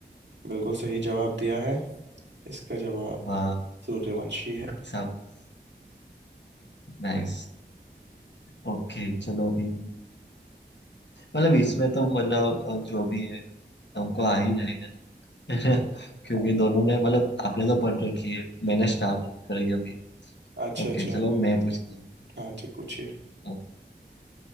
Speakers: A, on the right; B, on the left.
A: बिल्कुल सही जवाब दिया है इसका जवाब
B: वाह
A: सूर्यवंशी है
B: शाबाश नाइस ओके चलो अभी मतलब इसमें तो मतलब अ, जो भी है हमको आ ही जाएगा ना <laughs> क्योंकि
A: हाँ
B: दोनों ने मतलब आपने तो पढ़ रखी है मैंने स्टार्ट करी अभी
A: अच्छा
B: ओके
A: अच्छा
B: चलो
A: आपने
B: मैं पूछती
A: हाँ जी पूछिए
B: हूँ